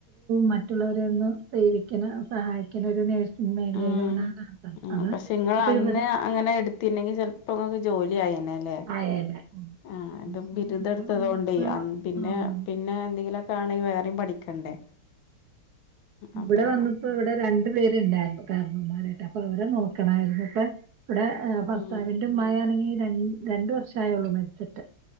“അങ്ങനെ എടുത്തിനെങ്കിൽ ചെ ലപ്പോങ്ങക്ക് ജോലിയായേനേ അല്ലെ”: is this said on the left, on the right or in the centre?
Left